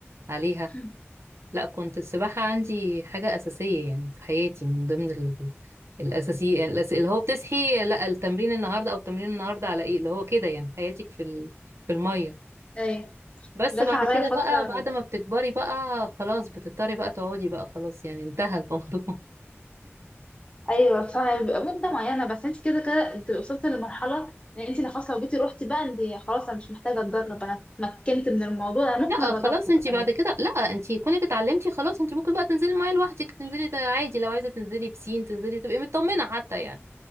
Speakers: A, on the right (about 65°); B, on the left (about 25°).
A: عليها
B: <clears throat>
A: لا كنت السباحة عندي حاجة أساسية يعني في حياتي من ضمن ال- الأساسية الأس- اللي هو بتصحي لا التمرين النهاردة أو التمرين النهاردة على إيه اللي هو كده يعني حياتك في ال- في المية
B: ايوه
A: بس
B: جت
A: بعد
B: عليا
A: كده
B: فتره
A: بقى بعد ما بتكبري بقى خلاص بتضطري بقى تقعدي بقى خلاص يعني انتهى الموضوع <laughs>
B: ايوه فبيبقى مده معينه بس انت كده كده بتبقي وصلتي لمرحله ان انت لو خلاص لو جيتي روحتي بقى انت خلاص انا مش محتاجه اتدرب انا اتمكنت من الموضوع انا ممكن
A: لا
B: ادربكم
A: خلاص انتي
B: كمان
A: بعد كده لا انتي كونك اتعلمتي خلاص انتي ممكن بقى تنزلي الميه لوحدك تنزلي ت- عادي لو عايزه تنزلي بسين تنزلي تبقي مطمنه حتى يعني